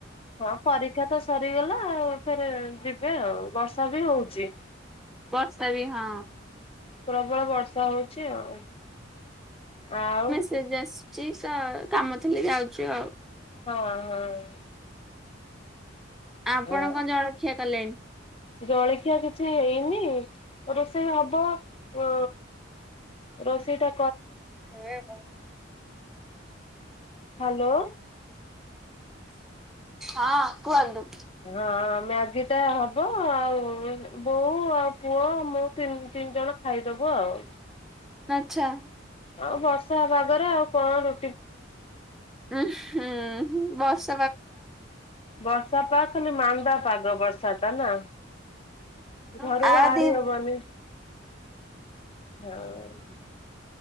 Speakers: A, on the left (about 30°); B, in the centre.
A: ହଁ ପରୀକ୍ଷା ତ ସରିଗଲା ଆଉ ଫେରେ ଯିବେ ଆଉ ବର୍ଷା ବି ହଉଛି।
B: ବର୍ଷା ବି ହଁ।
A: ପ୍ରବଳ ବର୍ଷା ହଉଛି ଆଉ ଆଉ
B: ଦିଦି ଆସିଚି ତ କାମ ଥିଲି ଯାଉଛୁ ଆଉ
A: ହଁ ହଁ।
B: ଆପଣ
A: ହଁ
B: କଣ ଜଳଖିଆ କଲେଣି?
A: ଜଳଖିଆ କିଛି ହେଇନି ରୋଷେଇ ହବ ଉ ରୋଷେଇଟା।
B: <unintelligible>
A: ହ୍ୟାଲୋ।
B: ହଁ କୁହନ୍ତୁ।
A: ହଁ ମ୍ୟାଗିଟା ହବ ଆଉ ବୋଉ ଆଉ ପୁଅ ମୁଁ ତିନ ତିନି ଜଣ ଖାଇଦବୁ ଆଉ
B: ଆଛା।
A: ଆଉ ବର୍ଷା ହେବା ପାଗରେ ଆଉ କଣ ରୁ
B: ଉ ହୁଁ ବସ୍।
A: ବର୍ଷା ପାଗ ଖାଲି ମାନ୍ଦା ପାଗ ବର୍ଷା ଟା ନା ଘରୁ
B: <unintelligible> ଆ
A: ବାହାରି
B: ଦି
A: ହବନି। ହଁ।